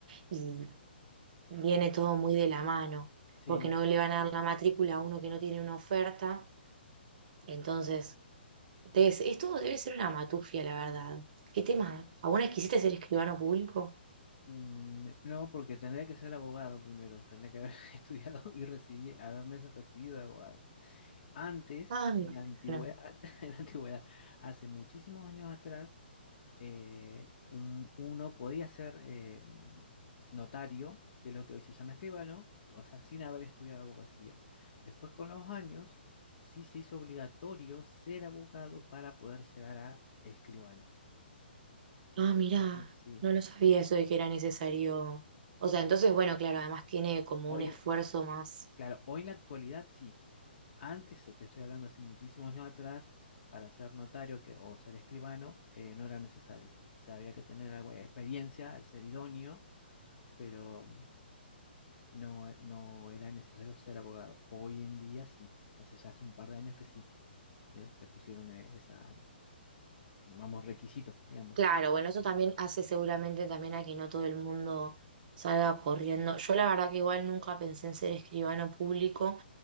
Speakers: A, on the right; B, on the left.
A: Y viene
B: Y-
A: todo muy de la mano,
B: Sí,
A: porque no le van a dar la matrícula a uno que no tiene una oferta, entonces... Debe esto debe ser una matufia, la verdad. ¿Qué tema? ¿Alguna vez quisiste ser escribano público?
B: mm, no, porque tendría que ser abogado primero, tendría que haber <laughs> estudiado y recibir, haberme recibido de abogado. Antes,
A: Ah, mira,
B: en la antigüedad,
A: claro.
B: <laughs> en la antigüedad, hace muchísimos años atrás, eh, un- uno podía ser eh, notario, que es lo que hoy se llama escribano, o sea, sin haber estudiado abogacía. Después, con los años, sí se hizo obligatorio ser abogado para poder llegar a escribano.
A: Ah,
B: Entonces,
A: mira,
B: sí.
A: no lo sabía eso de que era necesario. O sea, entonces, bueno, claro, además tiene como
B: Hoy,
A: un esfuerzo
B: en-
A: más.
B: claro, hoy en la actualidad sí. Antes, te estoy hablando hace muchísimos años atrás, para ser notario que, o ser escribano, eh, no era necesario. O sea, había que tener algo de experiencia, ser idóneo, pero no, e- no era necesario ser abogado. Hoy en día sí, o sea, ya hace un par de años que sí, le, le pusieron eh, esa, vamos, requisito, digamos.
A: Claro, bueno, eso también hace seguramente también a que no todo el mundo salga corriendo. Yo la verdad que igual nunca pensé en ser escribano público.